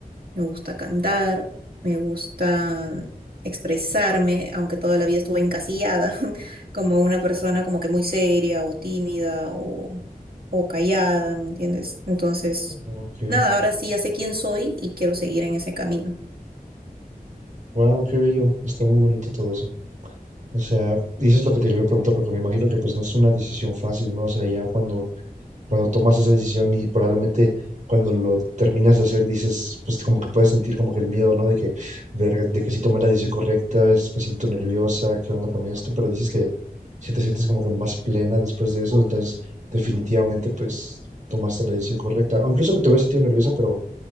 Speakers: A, on the right (about 75°); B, on the right (about 50°).
A: me gusta cantar, me gusta expresarme, aunque toda la vida estuve encasillada <laughs> como una persona como que muy seria o tímida o, o callada, ¿me entiendes? Entonces,
B: Ok.
A: nada, ahora sí ya sé quién soy y quiero seguir en ese camino.
B: Wow, qué bello. Está muy bonito todo eso. O sea, y eso es lo que te quería preguntar, porque me imagino que pues no es una decisión fácil, ¿no? O sea, ya cuando, cuando tomas esa decisión y probablemente cuando lo terminas de hacer, dices, pues como que puedes sentir como que el miedo, ¿no? De que, verga, de que sí tomé la decisión correcta, es- me siento nerviosa, ¿qué onda con esto? Pero dices que si te sientes como que más plena después de eso, entonces definitivamente pues tomaste la decisión correcta. O incluso que te hubieras sentido nerviosa, pero,